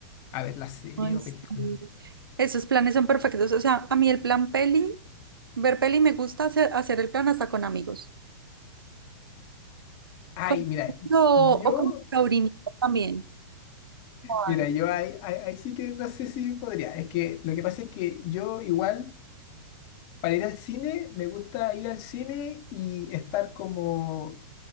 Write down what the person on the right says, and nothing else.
Ay,
sí.
Esos planes son perfectos. O sea, a mí el plan peli, ver peli me gusta hacer, hacer el plan hasta con amigos.
Con,
o,
o con sobrinitos también. Ah,